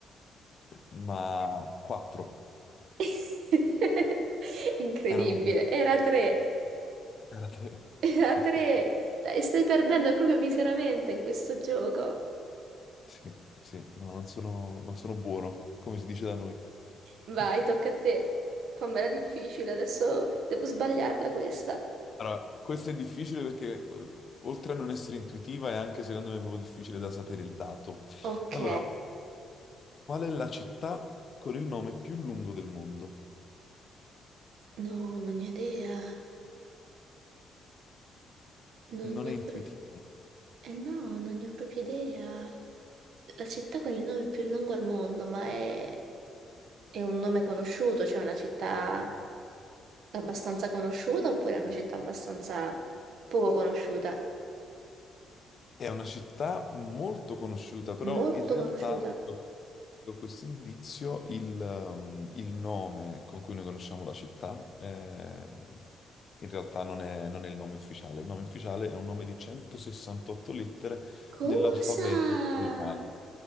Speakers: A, on the left; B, on the right.
A: <laughs> Ma quattro.
B: <laughs> Incredibile,
A: Erano tre.
B: era tre,
A: Era tre.
B: era
A: <laughs>
B: tre. Dai, stai perdendo proprio miseramente in questo gioco.
A: Sì, sì, no, non sono, non sono buono, come si dice da noi.
B: Vai,
A: <laughs>
B: tocca a te. Fammela difficile, adesso devo sbagliarla questa.
A: Allora, questo è difficile perché eh, oltre a non essere intuitiva è anche secondo me proprio difficile da sapere il dato.
B: Ok.
A: Allora, qual è la città con il nome più lungo del mondo?
B: No, non ne ho idea. Non
A: Non
B: ne
A: è
B: ho
A: intuitivo.
B: pro- Eh no, non ne ho proprio idea. La città con il nome più lungo al mondo, ma è, è un nome conosciuto, cioè una città abbastanza conosciuta oppure è una città abbastanza poco conosciuta?
A: È una città molto conosciuta, però
B: Molto
A: in realtà
B: conosciuta.
A: da questo indizio il, ehm, il nome con cui noi conosciamo la città eh, in realtà non è, non è il nome ufficiale. Il nome ufficiale è un nome di 168 lettere
B: Cosa?
A: nell'alfabeto locale.